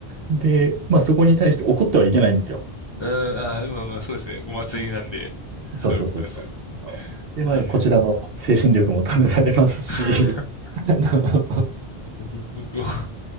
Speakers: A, on the right; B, on the left.
A: で、まあ、そこに対して怒ってはいけないんですよ。
B: うん、あー、まあまあ、そうですね。お祭りなんで、
A: そうそうそうそう。
B: そういうことですよね。
A: そう。で、
B: はいはい。
A: まあ、こちらの精神力も試されますし、
B: <laughs>
A: <laughs> あの
B: なるほど。<laughs>